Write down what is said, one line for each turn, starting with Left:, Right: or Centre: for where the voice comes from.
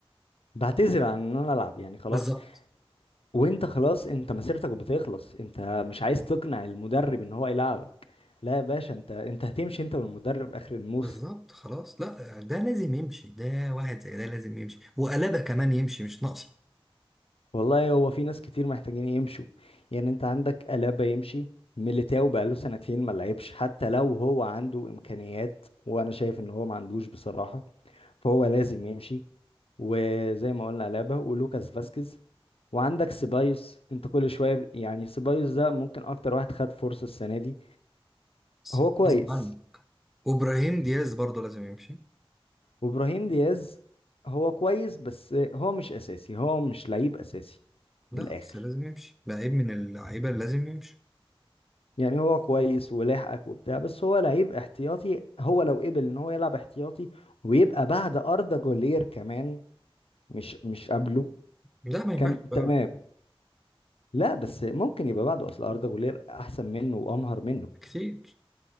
Left: بعتذر عن ان انا العب يعني خلاص
Centre: بالظبط
Left: وانت خلاص انت مسيرتك بتخلص انت مش عايز تقنع المدرب ان هو يلعبك لا يا باشا انت انت هتمشي انت والمدرب اخر الموسم
Centre: بالظبط خلاص لا ده لازم يمشي ده واحد زي ده لازم يمشي وقلابه كمان يمشي مش ناقصه
Left: والله هو في ناس كتير محتاجين يمشوا يعني انت عندك ألابا يمشي ميليتاو بقاله سنتين ما لعبش حتى لو هو عنده إمكانيات وأنا شايف إن هو ما عندوش بصراحة فهو لازم يمشي وزي ما قلنا ألابا ولوكاس فاسكيز وعندك سيبايوس انت كل شوية يعني سيبايوس ده ممكن أكتر واحد خد فرصة السنة دي
Centre: بس
Left: هو كويس
Centre: غصب عنه وابراهيم دياز برضه لازم يمشي
Left: وإبراهيم دياز هو كويس بس هو مش أساسي هو مش لعيب أساسي
Centre: لا
Left: من الآخر
Centre: بس لازم يمشي لعيب من اللعيبه اللي لازم يمشي
Left: يعني هو كويس ولاحقك وبتاع بس هو لعيب احتياطي هو لو قبل ان هو يلعب احتياطي ويبقى بعد أردا جولير كمان مش مش قبله
Centre: لا ما ينفعش
Left: كان
Centre: بقى
Left: تمام لا بس ممكن يبقى بعده اصل أردا جولير احسن منه وامهر منه
Centre: كتير